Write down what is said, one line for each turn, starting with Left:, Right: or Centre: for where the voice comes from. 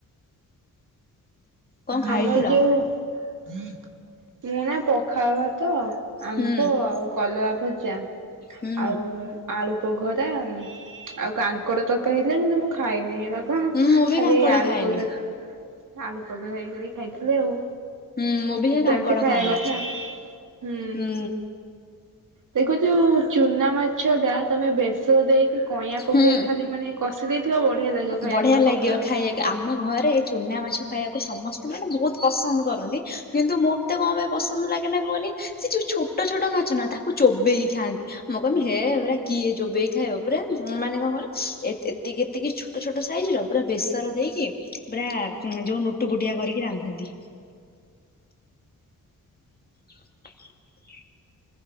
Left: କଣ ଖାଇଥିଲ?
Right: ଆମର ଯୋଉ ମୁଁ ନା ପଖାଳ ଭାତ। ଆମ୍ବ
Left: ହୁଁ
Right: ଆଉ କଲଳା ଭଜା
Left: ହୁଁ
Right: ଆଉ ଆଳୁ ପଘରା। ଆଉ କାଙ୍କଡ ତରକାରୀ ହେଇଥିଲା କିନ୍ତୁ ମୁଁ ଖାଇନି ହେରାକ
Left: ହୁଁ ମୁଁ ବି
Right: ଖାଲି
Left: କାଙ୍କଡ
Right: ଆଳୁ
Left: ଖାଏନି।
Right: ପଘରା ଆଳୁ ପଘରା ଇଏ କରିକି ଖାଇଥିଲି ଆଉ।
Left: ହୁଁ ମୁଁ ବି ହେ
Right: ସେମିତି
Left: କାଙ୍କଡ
Right: ଖାଇବା
Left: ଖାଏନା।
Right: କଥା ହୁଁ
Left: ହୁଁ
Right: ଦେଖ ଯୋଉ ଚୁନା ମାଛ ଟା ତମେ ବେଶ ଦେଇକି କଇଁଆ ପକେଇ
Left: ହୁଁ
Right: ଖାଲି ମାନେ କଷି ଦେଇଥିବା ବଢିଆ ଲାଗିବ ଖାଇବାକୁ
Left: ବଢିଆ
Right: ନା
Left: ଲାଗିବ
Right: ପଖାଳ ଭାତ।
Left: ଖାଇବାକୁ ଆମ ଘରେ ଚୁନା ମାଛ ଖାଇବାକୁ ସମସ୍ତେ ମାନେ ବହୁତ ପସନ୍ଦ କରନ୍ତି କିନ୍ତୁ ମୁଁ ମତେ କଣ ପାଇଁ ପସନ୍ଦ ଲାଗେ ନା କୁହନି ସେ ଯୋଉ ଛୋଟ ଛୋଟ ମାଛ ନା ତାକୁ ଚୋବେଇକି ଖାଆନ୍ତି। ମୁଁ କହମି ହେ ଏ ଭଳିଆ କିଏ ଚୋବେଇ କି ଖାଇବ ପୁରା ମାନେ କଣ କହିଲ ଏତିକି ଏତିକି ଛୋଟ ଛୋଟ ସାଇଜ ର ପୁରା ବେସର ଦେଇକି ପୁରା ହୁଁ ଯୋଉ ଟୁବୁଟିଆ କରିକି ରାନ୍ଧନ୍ତି। <inaudible>